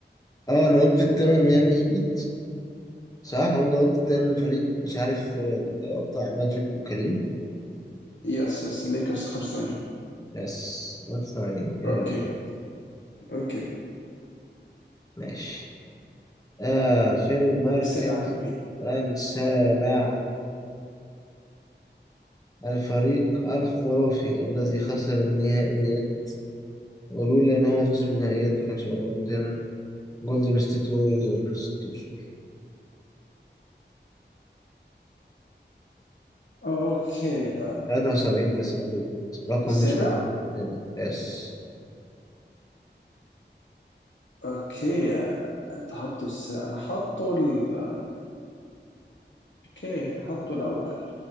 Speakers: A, on the left; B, on the left.
A: اه انا قلت التامن ميامي هيت صح وانت قلت التامن فريق مش عارف آه، بتاع ماجيك وكريم
B: يس يس الليكرز 85
A: يس نص ثانية دقيقة
B: اوكي اوكي
A: ماشي آه في المركز
B: السابع عندك مين؟
A: السابع الفريق الخرافي الذي خسر النهائيات ولولا إن هو خسر النهائيات ما كانش هيبقى موجود هنا جولدن ستيت ووريرز 2016
B: اوكي
A: 73 9 دول رقم
B: السابع
A: مش تاني يس
B: اوكي انت حاطه الس... انا حاطه ال... اوكي انا حاطه الاول